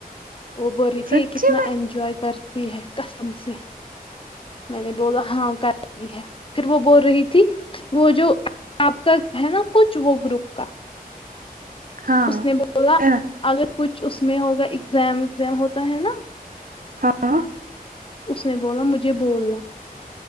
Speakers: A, on the left (about 35°); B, on the right (about 65°).
A: وہ بول ری تھی
B: سچی
A: کے
B: میں
A: انجوائے کرتی ہے قسم سے میں نے بولا ہاں کرتی ہے پھر وہ بول رہی تھی وہ جو آپ کا ہے نا کچھ وہ گروپ کا
B: ہاں
A: اس نے بولا
B: ہے نا
A: اگر کچھ اس میں ہوگا اگزام وگزام ہوتا ہے نا
B: ہاں
A: اس نے بولا مجھے بولنا